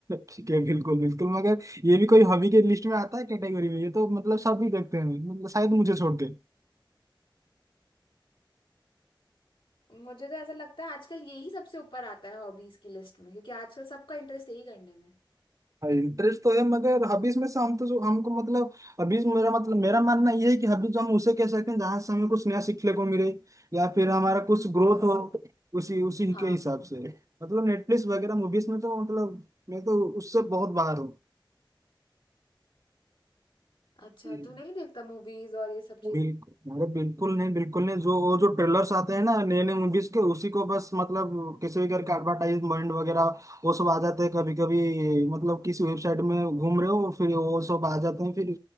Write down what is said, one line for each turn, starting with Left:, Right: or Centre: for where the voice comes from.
Right: ठीक है बिल्कुल बिल्कुल मगर ये भी कोई हॉबी के लिस्ट में आता है कैटेगरी में ये तो मतलब सभी देखते हैं मतलब शायद मुझे छोड़ के
Left: मुझे तो ऐसा लगता है आजकल यही सबसे ऊपर आता है हॉबीज की लिस्ट में क्योंकि आजकल सबका इंटरेस्ट यही करने में
Right: इंटरेस्ट तो है मगर हॉबीज में से हम तो जो हमको मतलब हॉबीज मेरा मतलब मेरा मानना ये है कि हॉबीज हम उसे कह सकते हैं जहाँ से हमें कुछ नया सीखने को मिले या फिर हमारा कुछ ग्रोथ हो उसी उसी
Left: हाँ
Right: के हिसाब से मतलब नेटफ्लिक्स वगैरह मूवीज में तो मतलब मैं तो उससे बहुत बाहर
Left: अच्छा
Right: हूँ
Left: तू नहीं देखता मूवीज और ये सब
Right: बिल्कुल अरे बिल्कुल नहीं बिल्कुल नहीं जो वो जो ट्रेलर्स आते हैं ना नए नए मूवीज के उसी को बस मतलब किसी भी करके एडवर्टाइजमेंट वगैरह वो सब आ जाते हैं कभी कभी मतलब किसी वेबसाइट में घूम
Left: चीजें
Right: रहे हो फिर वो सब आ जाते हैं फिर